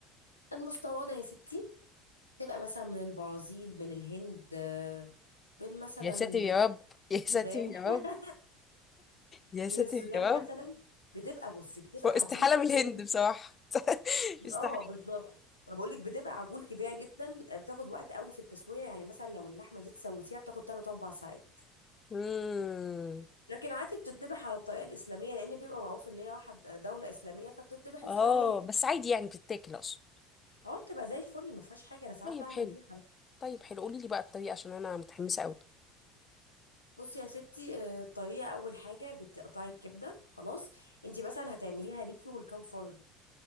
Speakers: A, on the left; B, on the left.
A: المستورده يا ستي تبقى مثلا من البرازيل من الهند آه، بين مثلا
B: يا ساتر يا رب يا ساتر
A: السودان
B: يا
A: <laughs>
B: رب يا
A: من
B: ساتر
A: السودان
B: يا رب
A: مثلا بتبقى بصي بتبقى
B: هو استحالة
A: عجول كبيره
B: من الهند
A: جدا
B: بصراحة <laughs>
A: اه
B: استحالة
A: بالظبط ما بقولك بتبقى عجول كبيره جدا بتاخد وقت قوي في التسويه يعني مثلا لو اللحمه جيت سويتيها بتاخد 3 4 ساعات
B: امم
A: لكن عادي بتتذبح على الطريقه الاسلاميه لان بيبقى معروف ان هي واحد دوله اسلاميه فبتتذبح اسلاميه
B: اه بس عادي يعني بتتاكل اصلا
A: اه بتبقى زي الفل ما فيهاش حاجه انا ساعات
B: طيب
A: بعمل
B: حلو
A: بيها على فكرة.
B: طيب حلو قولي لي بقى الطريقه عشان انا متحمسه قوي
A: بصي يا ستي آه، الطريقه اول حاجه بتقطعي الكبده خلاص انت مثلا هتعمليها ليكي ولكام فرد